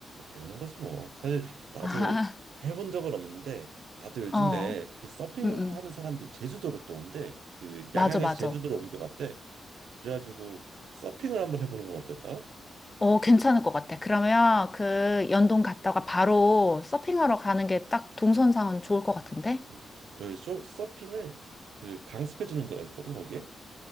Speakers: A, on the right; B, on the left.
A: 배우는 거지 뭐. 사실 나도
B: <laughs>
A: 해본 적은 없는데 아 또 요즘에
B: 아, 어,
A: 그 서핑
B: 응, 응.
A: 하는 사람들이 제주도로 또 온대. 그 양양에서
B: 맞아, 맞아.
A: 제주도로 옮겨갔대. 그래가지고 서핑을 한번 해보는 건 어떨까?
B: 어, 괜찮을 것 같아. 그러면 그 연동 갔다가 바로 서핑하러 가는 게 딱 동선상은 좋을 것 같은데?
A: 응. 그 쇼- 서핑을 그 강습해주는 데가 있거든 거기에.